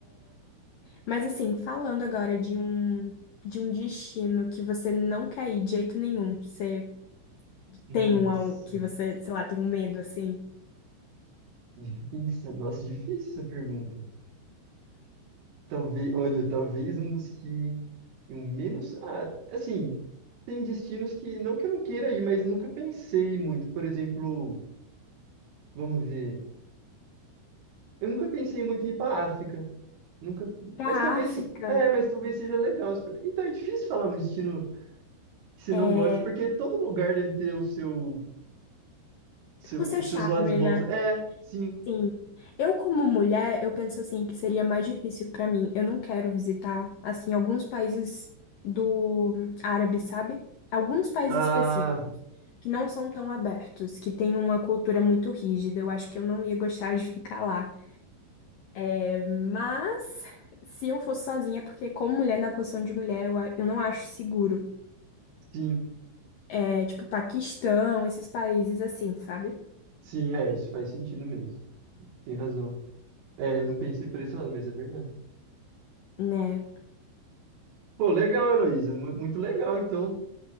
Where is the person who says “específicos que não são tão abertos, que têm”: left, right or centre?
Left